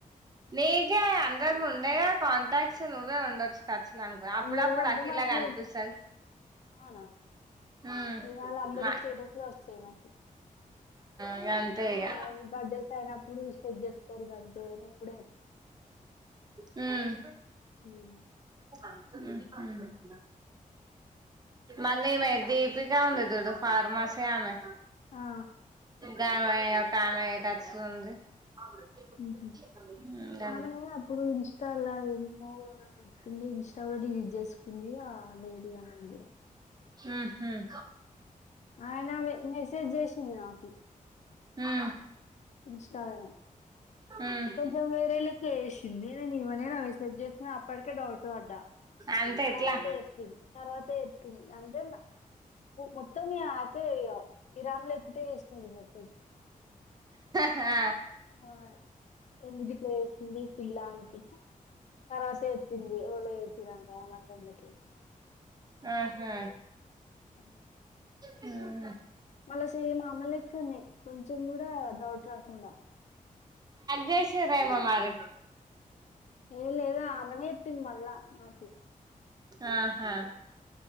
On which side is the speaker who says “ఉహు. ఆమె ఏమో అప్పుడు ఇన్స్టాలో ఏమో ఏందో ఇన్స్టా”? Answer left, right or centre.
Left